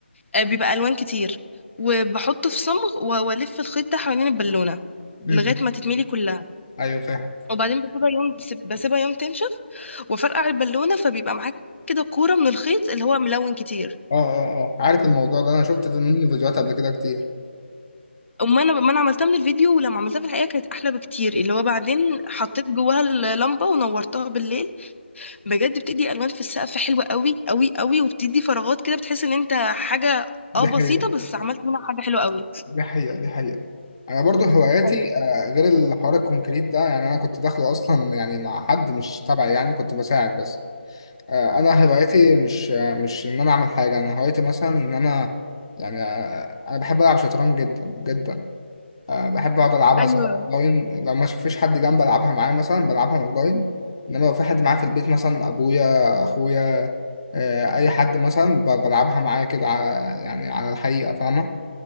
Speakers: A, on the left (about 90°); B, on the left (about 25°).
A: آه، بيبقى الوان كتير وبحطه في صمغ و- والف الخيط ده حوالين البالونه
B: م-
A: لغايه
B: م.
A: ما تتملي كلها
B: ايوه فاهم
A: وبعدين بسيبها يوم بسيبها يوم تنشف وفرقع البالونه فبيبقى معاك كده كوره من الخيط اللي هو ملون كتير
B: اه اه اه عارف الموضوع ده انا شفت في منه فيديوهات قبل كده كتير
A: أما أنا ما أنا عملتها من الفيديو ولما عملتها في الحقيقة كانت أحلى بكتير اللي هو بعدين حطيت جواها اللمبة ونورتها بالليل بجد بتدي ألوان في السقف حلوة قوي قوي قوي وبتدي فراغات كده بتحس إن أنت حاجة
B: دي
A: اه بسيطة
B: حقيقة
A: بس عملت منها حاجة حلوة قوي
B: دي حقيقة دي حقيقة انا برضو هواياتي
A: ايوه
B: آه، غير الحوار الكونكريت ده يعني انا كنت داخله اصلا يعني مع حد مش تبعي يعني كنت بساعد بس آه، انا هوايتي مش آه، مش ان انا اعمل حاجه انا هوايتي مثلا ان انا يعني آه، انا بحب العب شطرنج جدا جدا آه، بحب اقعد العبها
A: ايوه
B: سواء اونلاين لو ما فيش حد جنبي العبها معاه مثلا بلعبها اونلاين انما لو في حد معايا في البيت مثلا ابويا اخويا آه، اي حد مثلا ب- بلعبها معاه كده على- يعني على الحقيقه فاهمه